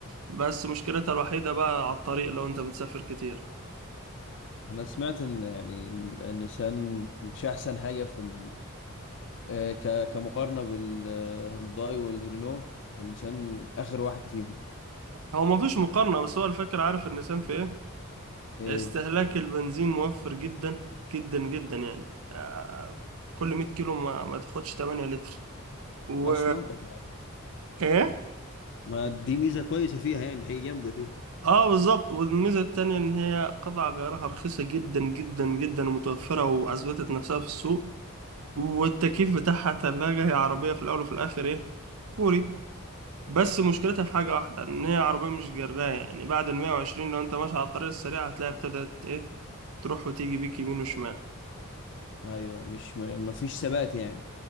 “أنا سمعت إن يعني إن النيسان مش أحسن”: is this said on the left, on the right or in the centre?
Left